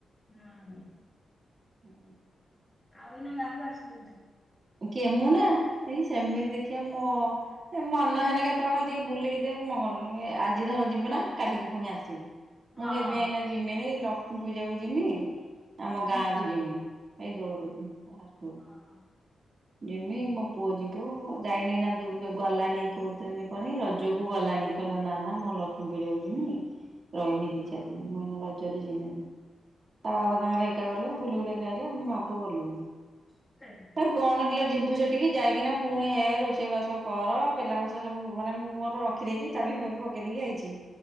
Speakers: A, on the left; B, on the right.
A: ହଁ <inaudible>
B: ହୁଁ।
A: ଆଉ ଏଇନା ଗାଁ କୁ ଆସି ବର ନାଇଁ।
B: କିଏ ମୁ ନା ଏଇ ସେମିତି ଦେଖିବା ମୋ ଏ ମନ ହେନା କେତେବେଳେ ଖାଲି ଟିକେ ବୁଲିକି ମ ଆଜି ଧର ଯିବୁ ନା କାଲିିକି ପୁଣି ଆସିବୁ।
A: ହଁ
B: ମୁଁ ସେଥିପାଇଁ ଏଇନା ଯିମିିନି ଲକ୍ଷ୍ମୀ ପୂଜା କୁ ଯିମି ଆମ
A: ହଁ
B: ଗାଁ କୁ ଯିମି। ଆଇଦୋଳ ଦେଖି ଟା ଶାଶୁ ଘରକୁ।
A: ହଁ।
B: ଯିମି ମୋ ପୁଅ ଯିବ ଯାଇନି ନା ଦୁର୍ ଗଲାନି କହୁଥିଲିନ କହନି ରଜକୁ ଗଲାନି। କହିଲା ନା ନା ମୁଁ ଲକ୍ଷ୍ମୀପୂଜା କୁ ଯିମି। ରହିମି ଦି
A: ହଁ।
B: ଚାରି ଦିନ ମୁଇନା ରଜରେ ଯିମିନି। ତା ବାବା ତାଙ୍କର ଏକା ଗଲେ ବୁଲି ବୁଲାକି ସେ ଆଇଲେ। ଆମେ ମା ପୁଅ ଗଲୁନି।
A: <inaudible>
B: ତ କଣ କିଲୋ ଯିବୁ ସେଠିକି ଯାଇକିନା ପୁଣି ହେ ରୋଷେଇ ବାସ କର। ବେଲା କଂସା ସବୁ ମାନେ ମୁଁ ମୋର ରଖି ଖି ଦେଇକି ତା ବି ଫାବି ପକେଇ ଦେଇକି ଆଇଚି।